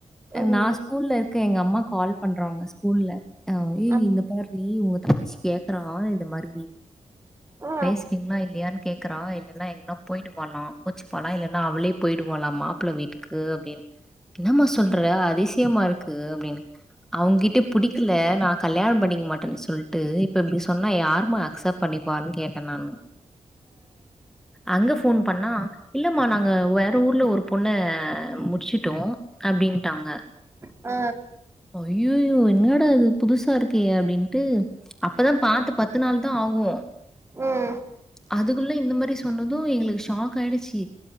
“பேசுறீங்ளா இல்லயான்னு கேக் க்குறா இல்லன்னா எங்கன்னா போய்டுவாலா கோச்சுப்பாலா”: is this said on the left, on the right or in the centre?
Centre